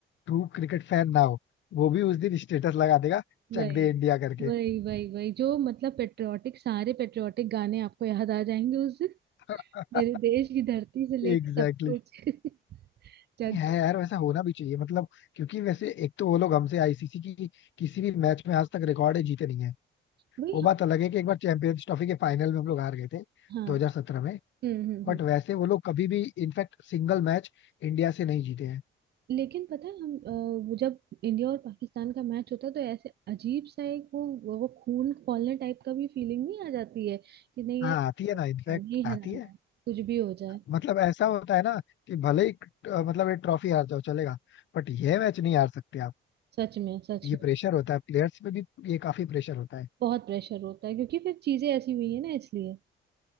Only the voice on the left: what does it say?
ट्रू क्रिकेट फैन ना हो वो भी उस दिन स्टेटस लगा देगा चक
दे इंडिया करके
<laughs>
Exactly
exactly.
है यार वैसा होना भी चाहिए मतलब क्योंकि वैसे एक तो वो लोग हमसे आईसीसी की किसी भी मैच में आज तक रिकॉर्ड है जीते नहीं है
वो बात
अलग है कि एक बार चैंपियंस ट्रॉफी के फाइनल में हम लोग हार गए थे
2017 में
बट वैसे वो लोग कभी भी इनफैक्ट सिंगल मैच इंडिया से नहीं जीते हैं
हाँ
आती है ना इनफैक्ट
आती
है
मतलब ऐसा होता है ना कि भले ही अ, मतलब ये ट्रॉफी हार जाओ चलेगा बट ये मैच नहीं हार सकते आप
ये
प्रेशर होता है प्लेयर्स पे भी ये काफी प्रेशर होता है